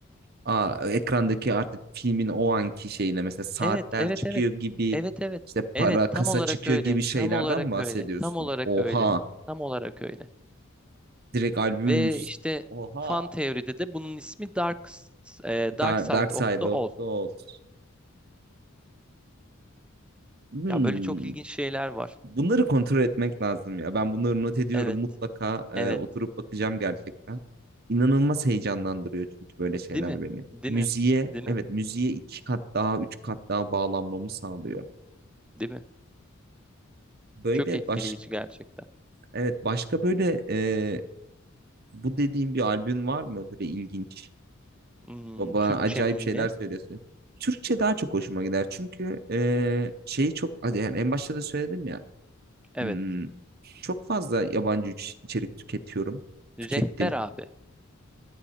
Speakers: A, on the right; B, in the centre.
A: Aa, ekrandaki artık filmin o anki şeyine mesela saatler
B: Evet, evet,
A: çıkıyor
B: evet.
A: gibi
B: Evet, evet.
A: işte para
B: Evet, tam
A: kasa
B: olarak
A: çıkıyor
B: öyle.
A: gibi şeylerden
B: Tam olarak
A: mi bahsediyorsun?
B: öyle. Tam olarak
A: Oha.
B: öyle. Tam olarak öyle.
A: Direkt albümün
B: Ve
A: üst
B: işte
A: Oha.
B: fan teoride de bunun ismi Dark, s- e,
A: Dark,
B: Dark Side
A: Dark Side
B: of the
A: of
B: Oz.
A: the Oz. Hmm.
B: Ya böyle çok ilginç şeyler var.
A: Bunları kontrol etmek lazım ya. Ben bunları not ediyorum.
B: Evet,
A: Mutlaka e,
B: evet.
A: oturup bakacağım gerçekten. İnanılmaz heyecanlandırıyor çünkü böyle şeyler
B: Değil mi?
A: beni.
B: Değil
A: Müziğe,
B: mi? Değil mi?
A: evet müziğe iki kat daha, üç kat daha bağlanmamı sağlıyor.
B: Değil mi?
A: Böyle
B: Çok etkileyici
A: baş,
B: gerçekten.
A: evet başka böyle e, bu dediğim bir albüm var mı? Böyle ilginç.
B: Hmm,
A: Baba
B: Türkçe
A: acayip
B: mi
A: şeyler
B: yine?
A: söylüyorsun. Türkçe daha çok hoşuma gider. Çünkü eee, şeyi çok hadi yani en başta da söyledim ya.
B: Evet.
A: hmm, çok fazla yabancı iç- içerik tüketiyorum.
B: Rehber
A: Tükettim.
B: abi.